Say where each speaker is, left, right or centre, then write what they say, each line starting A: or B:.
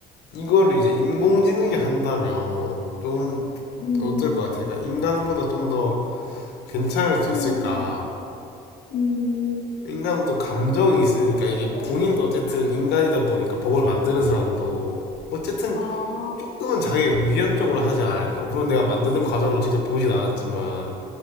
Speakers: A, on the left; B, on the left.
A: 이거를 이제 인공지능이 한다면 좀
B: 음,
A: 어떨 것 같아? 그러니까 인간보다 좀 더 괜찮을 수
B: 음,
A: 있을까?
B: 음,
A: 인간은 또 감정이 있으니까 이게
B: 어,
A: 본인도 어쨌든 인간이다 보니까 법을 만드는 사람도 어쨌든
B: 아,
A: 조금은 자기가 유리한 쪽으로 하지 않을까. 물론 내가 만드는 과정을 직접 보진 않았지만